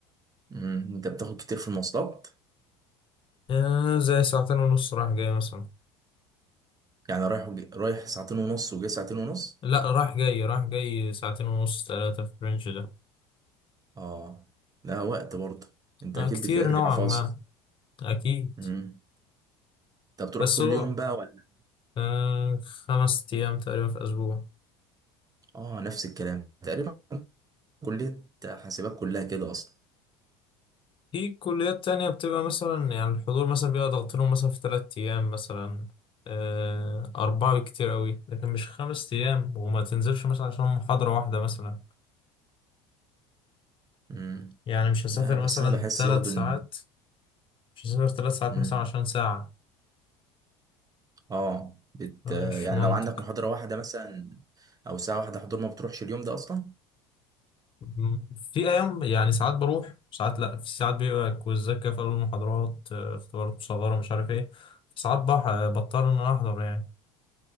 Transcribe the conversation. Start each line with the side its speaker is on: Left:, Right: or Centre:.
Right: مم. انت بتاخد كتير في المواصلات
Left: آه، زي ساعتين ونص رايح جاي مثلا
Right: يعني رايح وجي... رايح ساعتين ونص وجاي ساعتين ونص
Left: لا رايح جاي رايح جاي ساعتين ونص ثلاثة في الرينج ده
Right: اه لا وقت برضه انت
Left: آه،
Right: اكيد
Left: كتير
Right: بترجع
Left: نوعا
Right: فاصل
Left: ما أكيد
Right: مم. انت بتروح
Left: بس
Right: كل
Left: هو
Right: يوم بقى ولا
Left: آه، خمس أيام تقريبا في أسبوع
Right: اه نفس الكلام تقريبا كلية حاسبات كلها كده أصلا
Left: في كليات تانية بتبقى مثلا يعني الحضور مثلا بيبقى ضغط لهم مثلا في تلات أيام مثلا آه، أربعة بكتير أوي لكن مش خمس أيام وما تنزلش مثلا عشان محاضرة واحدة مثلا
Right: مم.
Left: يعني مش هسافر
Right: لا بس
Left: مثلا
Right: أنا بحس
Left: تلات
Right: برضو
Left: ساعات
Right: إن
Left: مش هسافر تلات ساعات
Right: مم.
Left: مثلا عشان ساعة
Right: آه بت...
Left: يعني مش
Right: يعني
Left: منطق
Right: لو عندك محاضرة واحدة مثلا أو ساعة واحدة حضور ما بتروحش اليوم ده أصلا
Left: مم. في ايام يعني ساعات بروح ساعات لا في ساعات بيبقى كويزات كده في قلب المحاضرات آه، اختبارات مصغره مش عارف ايه ساعات بح- بضطر ان انا احضر يعني